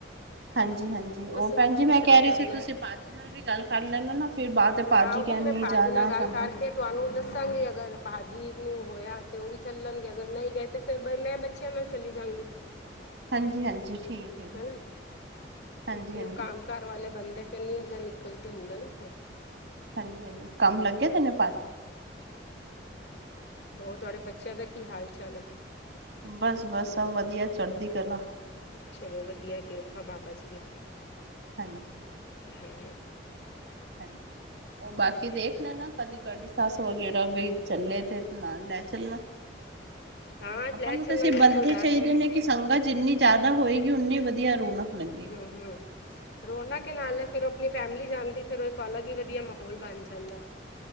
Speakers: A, on the right; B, on the left.
A: ਹਾਂਜੀ- ਹਾਂਜੀ, ਉ ਭੈਣ
B: ਤੁਸੀਂ
A: ਜੀ
B: ਕਿਸ
A: ਮੈਂ
B: ਤਰ੍ਹਾਂ
A: ਕਹਿ
B: ਕਰਨਾ
A: ਰਹੀ ਸੀ ਤੁਸੀਂ
B: ਹੈ
A: ਭਾਜੀ ਨਾਲ ਵੀ ਗੱਲ ਕਰ ਲੈਨਾ ਨਾ ਫਿਰ ਬਾਅਦ ਭਾਜੀ
B: ਹਾਂ ਉਹ
A: ਕਹਿਣ
B: ਮੈਂ
A: ਨੀ
B: ਭਾਜੀ
A: ਜਾਣਾ
B: ਨਾਲ ਗੱਲ
A: ਕਰਨਾ
B: ਕਰਕੇ ਤੁਹਾਨੂੰ ਦੱਸਾਂਗੇ ਅਗਰ ਭਾਜੀ ਨੂੰ ਹੋਇਆ ਤੇ ਉ ਵੀ ਚੱਲਣਗੇ ਅਗਰ ਨਈ ਗਏ ਤੇ ਫਿਰ ਫਿਰ ਬ ਮੈਂ ਬੱਚਿਆਂ ਨਾਲ ਚਲੀ ਜਾਂਗੀ
A: ਹਾਂਜੀ-ਹਾਂਜੀ ਠੀਕ ਹੈ ਜੀ।
B: ਹੈਨਾ
A: ਹਾਂਜੀ
B: ਕਿਉਂਕਿ
A: ਹਾਂਜੀ
B: ਉ ਕੰਮ ਕਾਰ ਵਾਲੇ ਬੰਦੇ ਫਿਰ ਨੀਜ ਨਿਕਲ ਕੇ ਹੁੰਦਾ ਨਾ ਫਿਰ
A: ਹਾਂਜੀ ਹਾਂਜੀ, ਕੰਮ ਲੱਗੇ ਦੇਨੇ ਪਾਜੀ
B: ਹੋਰ ਤੁਆਡੇ ਬੱਚੇਆਂ ਦਾ ਕੀ ਹਾਲ ਚਾਲ ਏ?
A: ਬਸ-ਬਸ, ਸਭ ਵਦੀਆ ਚੜ੍ਹਦੀ ਕਲਾ।
B: ਚਲੋ ਵਦੀਆ ਕਿਰਪਾ ਬਾਬਾ ਜੀ ਦੀ।
A: ਹਾਂਜੀ।
B: ਹੂੰ
A: ਹਾਂਜੀ ਉ ਬਾਕੀ ਦੇਖ ਲੈਨਾ ਕਦੀ ਤੁਆਡੀ ਸਾਸ ਵਗੈਰਾ ਬਈ ਚੱਲੇ ਤੇ ਨਾਲ ਲੈ ਚੱਲਣਾ
B: ਹਾਂ
A: ਆਪਨ
B: ਲੈ
A: ਨੂੰ
B: ਚੱਲਾਂਗੇ
A: ਤੇ ਸਿਫ ਬੰਦੇ
B: ਨਾ ਕੋਈ ਡਰ
A: ਚਾਈਦੇ
B: ਥੋੜ੍ਹੀ
A: ਨੇ ਕਿ ਸੰਗਤ ਜਿੰਨੀ ਜ਼ਿਆਦਾ ਹੋਏਗੀ ਉੱਨੀ ਵਦੀ ਦੀਆਂ ਰੌਣਕ ਲਗੇ
B: ਹੂੰ ਰੋਨਕ ਕੇ ਨਾਲੇ ਫੇਰ ਉ ਆਪਨੀ ਫੈਮਿਲੀ ਜਾਂਦੀ ਫਿਰ ਉ ਇੱਕ ਅਲੱਗ ਹੀ ਵਦੀਆ ਮਾਹੌਲ ਬਨ ਜਾਂਦਾ।